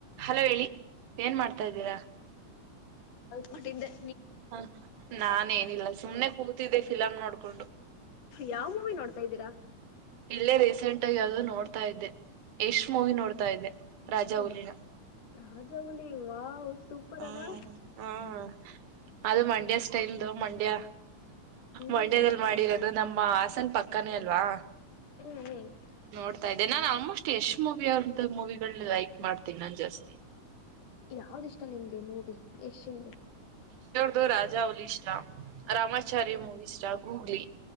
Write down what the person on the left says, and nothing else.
ಕೊಟ್ಟಿದ್ದೆ.
ಯಾವ್ ಮೂವಿ ನೋಡ್ತಾ ಇದ್ದೀರಾ.
ಎಶ್
ರಾಜಾಹುಲಿ ವಾವ್ ಸೂಪರ್
ಅಲ್ಲಾ
ಹ್ಮ್
ಹ್ಮ.
ಯಾವ್ದ ಇಷ್ಟ ನಿಮ್ಗೆ ಮೂವಿ. ಏಷಿಂದ.